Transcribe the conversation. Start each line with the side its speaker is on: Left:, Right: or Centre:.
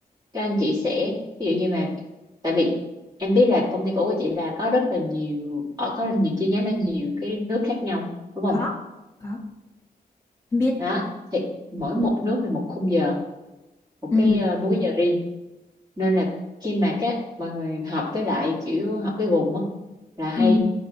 Right: các anh chị sẽ ví dụ như mà tại vì em biết là công ty cũ của chị là có rất là nhiều ở có rất nhiều chi nhánh ở nhiều cái nước khác nhau đúng không
Left: có có em biết
Right: đó thì mỗi một nước là một khung giờ một
Left: ừ
Right: cái ờ, múi giờ riêng nên là khi mà các mọi người học với lại kiểu học với vùng á là hay
Left: ừ